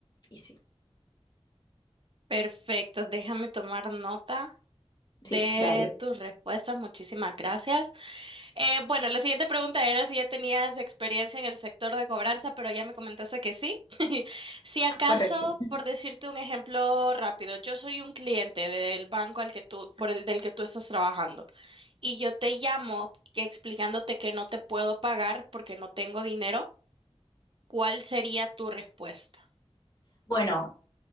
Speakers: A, on the left; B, on the right.
A: Y sí,
B: Perfecto, déjame tomar nota de
A: sí, dale,
B: tus respuestas. Muchísimas gracias. Eh, bueno, la siguiente pregunta era si ya tenías experiencia en el sector de cobranza, pero ya me comentaste que sí. <laughs> Si acaso,
A: correcto.
B: por decirte un ejemplo rápido, yo soy un cliente del banco al que tú, por el del que tú estás trabajando, y yo te llamo que- explicándote que no te puedo pagar porque no tengo dinero, ¿cuál sería tu respuesta?
A: Bueno,